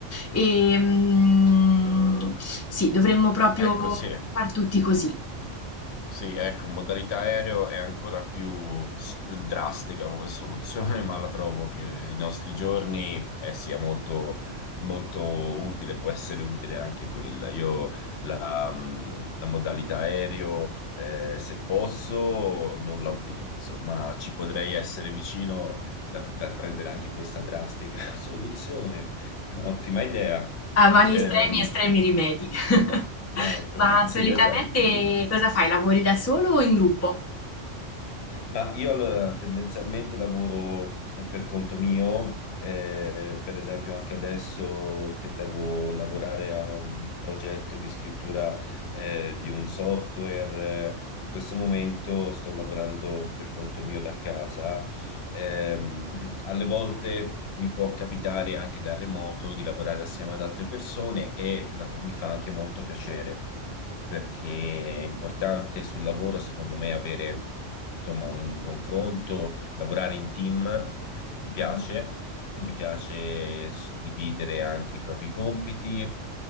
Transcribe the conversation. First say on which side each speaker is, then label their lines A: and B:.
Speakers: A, on the left (about 25°); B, on the left (about 65°).
A: E, mm, sì, dovremmo proprio
B: Ecco, sì.
A: far tutti così,
B: Sì, ecco, modalità aereo è ancora più s- drastica come soluzione, <laughs> ma la trovo che ai nostri giorni eh, sia molto, molto utile, può essere utile anche quella. Io la, mm, la modalità aereo, eh, se posso, non la utilizzo, ma ci potrei essere vicino da, da prendere anche questa drastica <laughs> soluzione. È un'ottima idea.
A: a mali
B: Ehm,
A: estremi, estremi rimedi. <laughs>
B: ecco,
A: Ma
B: <laughs> sì,
A: solitamente
B: esatto.
A: cosa fai? Lavori da solo o in gruppo?
B: Ma io allora tendenzialmente lavoro eh, per conto mio, eh, per esempio anche adesso che devo lavorare a un progetto di scrittura eh, di un software, eh, in questo momento sto lavorando per conto mio da casa Ehm, alle volte mi può capitare anche da remoto di lavorare assieme ad altre persone e la co- mi fa anche molto piacere perché è importante sul lavoro, secondo me, avere insomma un confronto, lavorare in team, mi piace, mi piace suddividere anche i propri compiti.